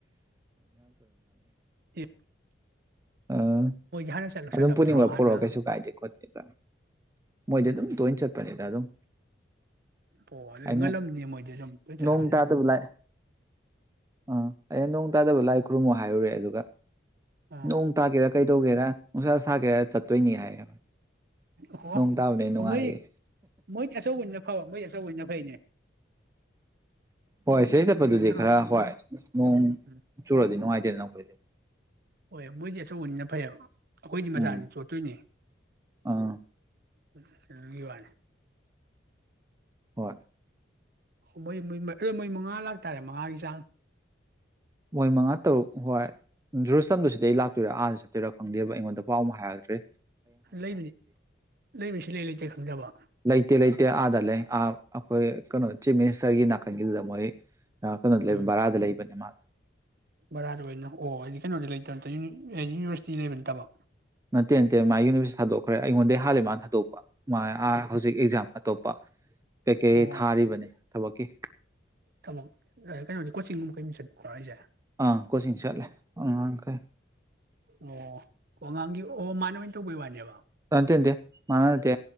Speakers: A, on the right (about 55°); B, on the right (about 15°).
A: ꯎ
B: ꯑꯥ
A: ꯍꯥꯟꯅ ꯆꯠꯂꯝꯗ꯭ꯔꯣ
B: ꯑꯗꯨꯝ ꯄꯨꯅꯤꯡꯕ
A: ꯍꯥꯟꯅ
B: ꯄꯔꯛꯑꯣ ꯀꯩꯁꯨ ꯀꯥꯏꯗꯦ ꯈꯣꯠꯇꯦ <inaudible> ꯃꯣꯏꯗꯤ
A: ꯎꯝ
B: ꯑꯗꯨꯝ ꯇꯣꯏꯅ ꯆꯠꯄꯅꯦꯗ ꯑꯗꯨꯝ
A: ꯑꯣ ꯑꯗꯨꯗꯤ
B: ꯑꯩꯅ
A: ꯉꯜꯂꯝꯅꯤ ꯃꯣꯏꯗꯤ ꯑꯗꯨꯝ ꯂꯣꯏ ꯆꯠꯂꯝꯅꯤꯅ
B: ꯅꯣꯡ ꯇꯥꯗꯕ ꯂꯥꯛꯑꯦ ꯑꯥ ꯑꯩ ꯅꯣꯡ ꯇꯥꯗꯕ ꯂꯥꯏ ꯈꯨꯔꯨꯝꯃꯣ ꯍꯥꯏꯔꯨꯔꯦ ꯑꯗꯨꯒ
A: ꯑꯣ
B: ꯅꯣꯡ ꯇꯥꯒꯦꯔ ꯀꯩ ꯒꯦꯔ ꯎꯥꯁꯥ ꯁꯥꯒꯦꯔꯥ ꯆꯠꯇꯣꯏꯅꯤ ꯍꯥꯏꯌꯦ
A: ꯑꯣ
B: ꯅꯣꯡ ꯇꯥꯕꯅꯦ
A: ꯑꯣ
B: ꯅꯨꯡꯉꯥꯏꯌꯦ
A: ꯃꯣꯏ ꯃꯣꯏ ꯑꯆꯧ ꯐ ꯃꯩ ꯑꯆꯧꯕ ꯑꯣꯏꯅ ꯐꯩꯅꯦ
B: ꯍꯣꯏ ꯁꯤꯗꯩꯩ ꯆꯠꯄꯗꯨꯗꯤ
A: ꯅꯠꯇ꯭ꯔꯣ
B: ꯈꯔ ꯍꯣꯏ ꯅꯣꯡ
A: ꯎꯝ
B: ꯆꯨꯔꯗꯤ ꯅꯨꯡꯉꯥꯏꯇꯦ ꯣ
A: ꯍꯣꯏ ꯃꯣꯏꯗꯤ ꯑꯁꯨꯛ ꯎꯟꯅ ꯐꯩꯑꯕ ꯑꯩꯈꯣꯏꯗꯤ ꯃꯆꯥꯅꯤ
B: ꯎꯝ
A: ꯆꯣꯠꯇꯣꯏꯅꯦ
B: ꯑꯥ
A: <unintelligible> ꯋꯥꯅꯦ
B: ꯍꯣꯏ
A: ꯃꯣꯏ ꯃꯣꯏ ꯃꯉꯥ ꯂꯥꯛꯇꯥꯔꯦ ꯃꯉꯥꯒꯤ ꯆꯥꯡ
B: ꯃꯣꯏ ꯃꯉꯥ ꯇꯔꯨꯛ ꯍꯣꯏ ꯖꯨꯔꯁꯝꯗꯨꯁꯤꯗ ꯑꯩ ꯂꯥꯛꯇꯣꯏꯔꯥ ꯑꯥꯗ ꯆꯠꯇꯣꯏꯔꯥ ꯈꯪꯗꯦꯕ ꯑꯩꯉꯣꯟꯗ ꯄꯥꯎ ꯑꯃ ꯍꯥꯏꯔꯛꯇ꯭ꯔꯦ
A: ꯂꯩꯕꯅꯤ ꯂꯩꯕꯁꯤ ꯂꯩ ꯂꯩꯇꯦ ꯈꯪꯗꯕ
B: ꯂꯩꯇꯦ ꯂꯩꯇꯦ ꯑꯥꯗ ꯂꯩ ꯑꯥ ꯑꯩꯈꯣꯏ ꯀꯩꯅꯣ ꯆꯤꯞ ꯃꯤꯅꯤꯁꯇꯔꯒꯤ ꯅꯥꯀꯟꯒꯤꯗꯨꯗ ꯃꯣꯏ ꯅ ꯀꯩꯅꯣꯗ ꯂꯩꯕ
A: ꯎꯝ
B: ꯕꯔꯥꯗ ꯂꯩꯕꯅꯦ ꯃꯥꯗ
A: ꯕꯔꯥꯗ ꯑꯣꯏꯅ ꯑꯣ ꯑꯩꯗꯤ ꯀꯩꯅꯣꯗꯤ ꯂꯩꯇꯕ ꯅꯠꯇ ꯌꯨꯅꯤꯚꯔꯁꯤꯇꯤ ꯂꯩꯕ ꯅꯠꯇꯕ
B: ꯅꯠꯇꯦ ꯅꯠꯇꯦ ꯃꯥ ꯌꯨꯅꯤꯚꯔꯁꯤ ꯊꯗꯣꯛꯈ꯭ꯔꯦ ꯑꯩꯉꯣꯟꯗ ꯍꯥꯜꯂꯦ ꯃꯥꯟ ꯊꯗꯣꯛꯄ ꯥ ꯍꯧꯖꯤꯛ ꯑꯦꯛꯖꯥꯝ ꯑꯇꯣꯞꯄ ꯀꯩꯀꯩ
A: ꯑꯣ
B: ꯊꯥꯔꯤꯕꯅꯤ ꯊꯕꯛꯀꯤ
A: ꯊꯕꯛ ꯀꯩꯅꯣꯗꯤ ꯀꯣꯆꯤꯡꯒꯨꯝꯕ ꯀꯩꯒꯨꯝꯕ ꯆꯠꯄ꯭ꯔꯣ ꯍꯥꯏꯁꯦ
B: ꯑꯥ ꯀꯣꯆꯤꯡ ꯆꯠꯂꯦ ꯑꯉꯥꯡꯈꯩ
A: ꯑꯣ ꯑꯉꯥꯡꯒꯤ ꯑꯣ ꯃꯥꯅ ꯑꯣꯏꯅ ꯇꯧꯕꯩ ꯋꯥꯅꯦꯕ
B: ꯠꯇꯦꯇꯦ ꯃꯥꯅ ꯅꯠꯇꯦ